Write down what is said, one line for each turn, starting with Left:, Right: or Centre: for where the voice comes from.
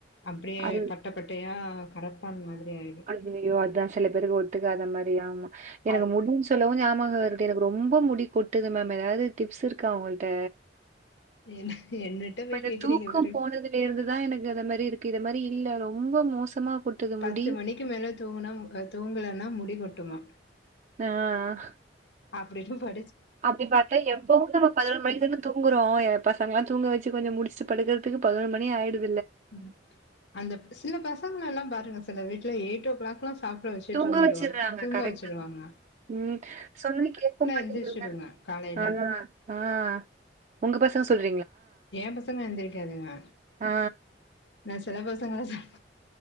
Left: அப்படியே
Right: அது
Left: பட்டை பட்டையா கரப்பான் மாதிரி ஆயிடு
Right: அய்யய்யோ அதா சில பேருக்கு ஒத்துக்காத மாரி ஆமா எனக்கு
Left: அது
Right: முடின்னு சொல்லவு ஞாபக வருது எனக்கு ரொம்ப முடி கொட்டுது மேம் ஏதாவது டிப்ஸ் இருக்கா உங்கள்ட்ட
Left: என்ன என்னிட்ட
Right: இப்ப
Left: போய்
Right: இந்த
Left: கேக்குறீங்க
Right: தூக்கம்
Left: பாருங்க
Right: போனதுல இருந்துதா எனக்கு அத மாரி இருக்கு இத மாரி இல்ல ரொம்ப மோசமா கொட்டுது
Left: பத்து
Right: முடி
Left: மணிக்கு மேல தூங்கனா தூங்கலேன்னா முடி கொட்டுமா
Right: ஆ ஆ
Left: அப்டி எதுவு ப
Right: அப்டி பாத்தா எப்பவு நம்ம பதினோறு மணிக்கு தானே தூங்குறோ பசங்க எல்லா தூங்க வச்சு கொஞ்ச முடிச்சுட்டு படுக்றதுக்கு பதினோரு மணி ஆயிட்து
Left: ம் அந்த சில பசங்கள எல்லா பாருங்க சில வீட்ல எயிட் ஓ கிளாக் எல்லா சாப்ட வச்சி
Right: தூங்க
Left: தூங்கிடுவாங்
Right: வச்சிர்றாங்க
Left: தூங்க
Right: கரெக்டா
Left: வச்சுடுவாங்க
Right: ம் சொன்ன கேட்க மாட்டேங்குதுங்க
Left: எந்திரிச்சிடுங்க காலையில
Right: ஆ ஆ உங்க பசங்க சொல்
Left: ஏ பசங்க எந்திரிக்காதுங்க
Right: ஆ
Left: நா ஸ் சில பசங்கள சொன்